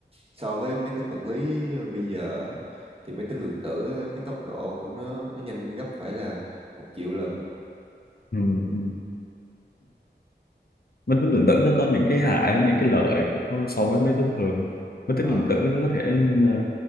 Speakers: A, on the right (about 30°); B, on the left (about 55°).
A: so với máy tính vật lý ờ, bây giờ á, thì máy tính lượng tử á, cái tốc độ của nó nó nhanh gấp phải là một triệu lần
B: ừ, ừ. máy tính lượng tử nó có những cái hại những cái lợi của, so với máy tính thường máy
A: Ờ,
B: tính lượng tử nó có thể ờ,